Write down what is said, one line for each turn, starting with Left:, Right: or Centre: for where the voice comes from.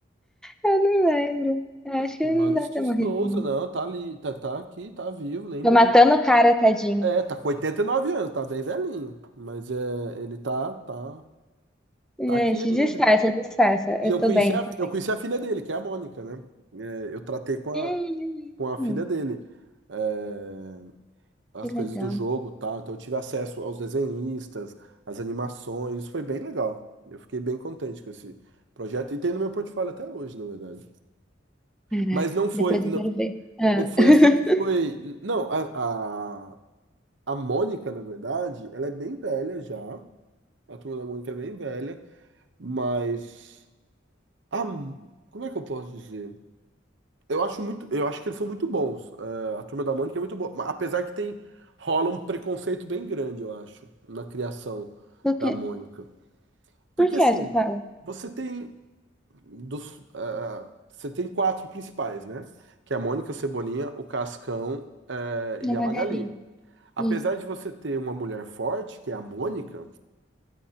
Centre: Eu não lembro. Eu
Right: Tá
Centre: acho
Right: Aqui,
Centre: que ele
Right: Maurício
Centre: não deve
Right: de
Centre: ter morrido,
Right: Souza.
Centre: não.
Right: Não, tá ali, tá, tá aqui, tá vivo, nem
Centre: Tô
Right: brinca.
Centre: matando o cara, tadinho.
Right: É, tá com 89 anos, tá bem velhinho. Mas é, ele tá, tá,
Centre: Gente,
Right: tá aqui ainda.
Centre: disfarça, disfarça.
Right: E
Centre: Eu
Right: eu
Centre: tô
Right: conheci
Centre: bem,
Right: a,
Centre: tô
Right: eu conheci a filha dele, que é a Mônica, né? É, eu tratei com a,
Centre: Hum,
Right: com a
Centre: hum,
Right: filha dele. É, as
Centre: que legal.
Right: coisas do jogo, tá? Então eu tive acesso aos desenhistas, às animações, isso foi bem legal. Eu fiquei bem contente com esse projeto e tem no meu portfólio até hoje, na verdade.
Centre: Caraca,
Right: Mas não foi,
Centre: depois
Right: não,
Centre: eu quero ver. Ah.
Right: não foi
Centre: <laughs>
Right: assim que foi. Não, a, a, a Mônica, na verdade, ela é bem velha já. A turma da Mônica é bem velha, mas a, como é que eu posso dizer? Eu acho muito, eu acho que eles são muito bons. É, a Turma da Mônica é muito boa, mas apesar que tem rola um preconceito bem grande, eu acho, na criação
Centre: Por
Right: da
Centre: quê?
Right: Mônica. Porque
Centre: Por que
Right: assim,
Centre: essa fala?
Right: você tem dos, ah, você tem quatro principais, né? Que é a Mônica, o Cebolinha, o Cascão, eh,
Centre: Na
Right: e
Centre: Magali.
Right: a Magali. Apesar
Centre: Isso.
Right: de você ter uma mulher forte, que é a Mônica,